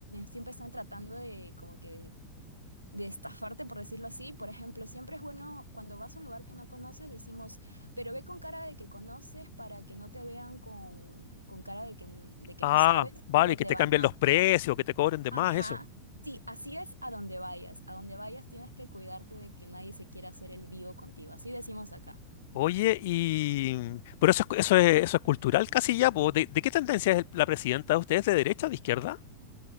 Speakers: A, on the right (about 85°); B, on the left (about 55°).
A: siempre están tratando de, como que de estafarte, por decirlo así. Por ejemplo, siempre es bueno cuando vas a un lugar que no conoces, decimos, pero ve con cara de que conoces para que no te vean con, con cara de que, n- de que
B: Ah,
A: no sabes,
B: vale,
A: luego
B: que
A: te
B: te
A: van
B: cambien
A: a...
B: los precios, que te cobren de
A: Ajá.
B: más, eso.
A: Sí, así es a donde vayas. A donde vayas tienes que cuidarte de que nadie se quiera hacer el vivo contigo. Así decimos acá.
B: Oye, y... Pero eso es, eso es, eso es cultural casi ya, po. ¿De, de qué tendencia es el- la presidenta de ustedes? ¿De derecha o de izquierda?